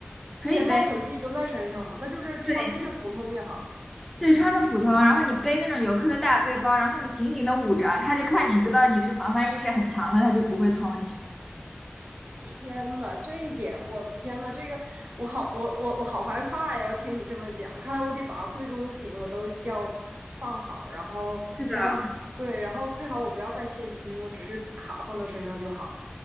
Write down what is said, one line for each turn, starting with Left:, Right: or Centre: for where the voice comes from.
Centre: 可以背，
Right: 钱包、手机都在身上嘛，那就是穿的越普通越好。
Centre: 对对，穿的普通，然后你背那种游客的大背包，然后你紧紧的捂着，他就看你知道你是防范意识很强的，他就不会偷你。
Right: 天呐，这一点，我的天呐，这个我好，我我我好害怕呀！要听你这么讲，看来我得把贵重物品我都要放好，然后千万对，
Centre: 是的，
Right: 然后最好我不要带现金，我只是卡放到身上就好。